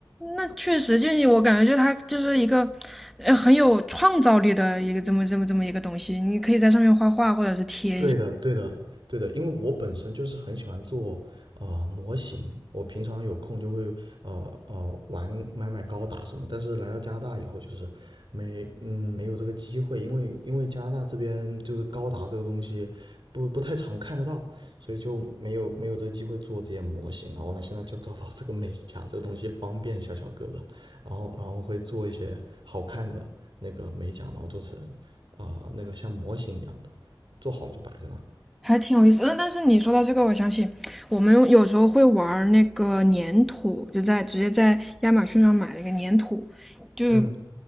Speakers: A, in the centre; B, on the right.
A: 那确实，就是我感觉，就是它就是一个，呃很有创造力的一个这么这么这么一个东西。你可以在上面画画，或者是贴一些。
B: 对的，对的，对的，因为我本身就是很喜欢做呃模型，我平常有空就会呃呃玩买买高达什么，但是来到加拿大以后就是没嗯没有这个机会，因为因为加拿大这边就是高达这个东西不不太常看得到，所以就没有没有这个机会做这些模型，然后呢现在就找到这个美甲这个东西方便小小个的，然后然后会做一些好看的那个美甲，然后做成啊、呃那个像模型一样的。做好了就摆在那儿
A: 还挺有意思的。但是你说到这个，我想起我们有时候会玩儿那个粘土，就在直接在亚马逊上买了一个粘土，就
B: 嗯，